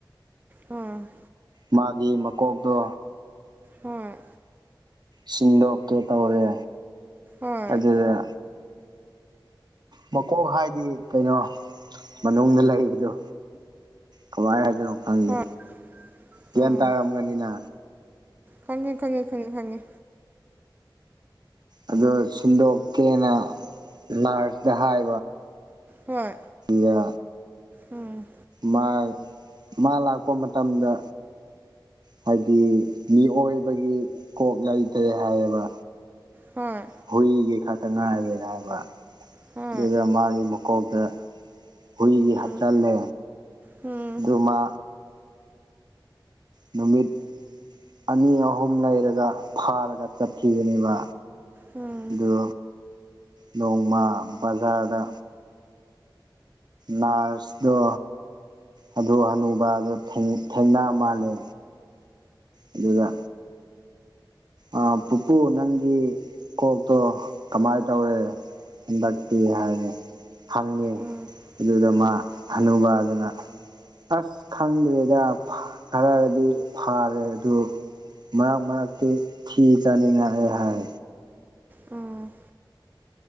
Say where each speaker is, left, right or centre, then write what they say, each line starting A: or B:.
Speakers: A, on the right (about 20°); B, on the right (about 60°).
A: ꯎꯝ
B: ꯃꯥꯒꯤ ꯃꯀꯣꯛꯇꯣ
A: ꯍꯣꯏ
B: ꯁꯤꯟꯗꯣꯛꯀꯦ ꯇꯧꯔꯦ
A: ꯍꯣꯏ
B: ꯑꯗꯨꯗ ꯃꯀꯣꯛ ꯍꯥꯏꯗꯤ ꯀꯩꯅꯣ ꯃꯅꯨꯡꯗ ꯂꯩꯕꯗꯣ ꯀꯃꯥꯏ ꯍꯥꯏꯗꯣꯏꯅꯣ ꯈꯪꯗꯦ
A: ꯍꯣꯏ ꯍꯣꯏ
B: ꯒ꯭ꯌꯥꯟ ꯇꯥꯔꯝꯒꯅꯤꯅ
A: ꯈꯪꯉꯦ ꯈꯪꯉꯦ ꯈꯪꯉꯦ ꯈꯪꯉꯦ
B: ꯑꯗꯨ ꯁꯤꯟꯗꯣꯛꯀꯦꯅ ꯅꯔꯁꯇ ꯍꯥꯏꯕ
A: ꯍꯣꯏ
B: ꯌꯥ
A: ꯎꯝ
B: ꯃꯥꯏ ꯃꯥ ꯂꯥꯛꯄ ꯃꯇꯝꯗ ꯍꯥꯏꯗꯤ ꯃꯤꯑꯣꯏꯕꯒꯤ ꯀꯣꯛ ꯂꯩꯇ꯭ꯔꯦ ꯍꯥꯏꯌꯦꯕ
A: ꯍꯣꯏ
B: ꯍꯨꯏꯒꯤ ꯈꯛꯇ ꯉꯥꯏꯔꯦꯅ ꯍꯥꯏꯕ
A: ꯍꯣꯏ
B: ꯑꯗꯨꯗ ꯃꯥꯒꯤ ꯃꯀꯣꯛꯇ ꯍꯨꯏꯒꯤ
A: ꯎꯝ
B: ꯍꯥꯞꯆꯜꯂꯦ
A: ꯎꯝ
B: ꯑꯗꯨ ꯃꯥ ꯅꯨꯃꯤꯠ ꯑꯅꯤ ꯑꯍꯨꯝ ꯂꯩꯔꯒ ꯐꯥꯔꯒ ꯆꯠꯈꯤꯕꯅꯦꯕ
A: ꯎꯝ ꯎꯝ
B: ꯑꯗꯨ ꯅꯣꯡꯃ ꯕꯖꯥꯔꯗ ꯅꯔꯁꯇꯣ ꯑꯗꯨꯨ ꯍꯅꯨꯕꯗꯣ ꯊꯦꯡ ꯊꯦꯡꯅ ꯃꯥꯜꯂꯦ ꯑꯗꯨꯗ ꯑ ꯄꯨꯄꯨ ꯅꯪꯒꯤ ꯀꯣꯛꯇꯣ ꯀꯃꯥꯏ ꯇꯧꯔꯦ ꯍꯟꯗꯛꯇꯤ ꯍꯥꯏꯔꯦ ꯍꯪꯉꯦ
A: ꯎꯝ ꯎꯝ
B: ꯑꯗꯨꯗ
A: ꯎꯝ
B: ꯃꯥ ꯍꯅꯨꯕꯥ ꯑꯗꯨꯅ ꯑꯁ ꯈꯪꯗ꯭ꯔꯦꯗ ꯈꯔꯗꯤ ꯐꯔꯦ ꯑꯗꯨ ꯃꯔꯛ ꯃꯔꯛꯇꯤ ꯊꯤ ꯆꯥꯅꯤꯡꯉꯑꯦ ꯍꯥꯏ
A: ꯎꯝ